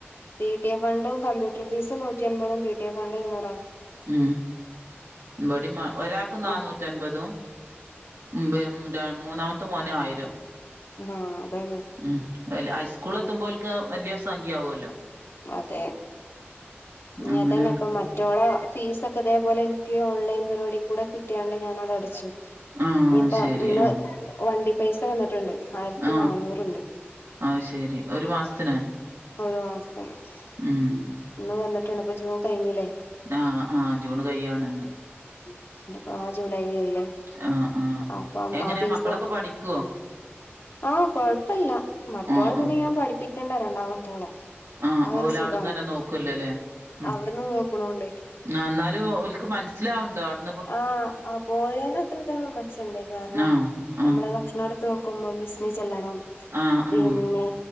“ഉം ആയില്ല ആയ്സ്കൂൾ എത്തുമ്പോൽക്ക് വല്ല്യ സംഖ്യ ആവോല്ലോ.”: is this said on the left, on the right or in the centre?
Right